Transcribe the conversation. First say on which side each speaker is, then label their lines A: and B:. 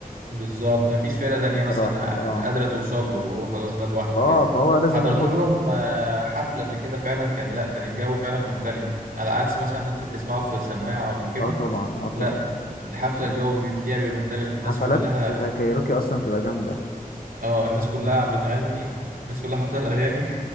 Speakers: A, on the right (about 75°); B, on the left (about 80°).
A: بالظبط مفيش فرقة تانية مثلا
B: بصراحة اه
A: قادرة توصل له وهو خلاص ده لوحده
B: اه
A: كده
B: فهو لازم
A: حضرت
B: ياخد
A: لهم آه، حفلة قبل كده فعلا كان لا كان الجو فعلا مختلف على عكس مثلا ما انت بتسمعه في سماعة ولا كده
B: اه طبعا اه طبعا
A: لا الحفلة
B: اه طبعا
A: الجو بي- فيها بيبقى مختلف الناس
B: حفلات
A: كلها
B: كايروكي اصلا بتبقى جامدة
A: اه الناس كلها بتغني الناس كلها حافظة الأغاني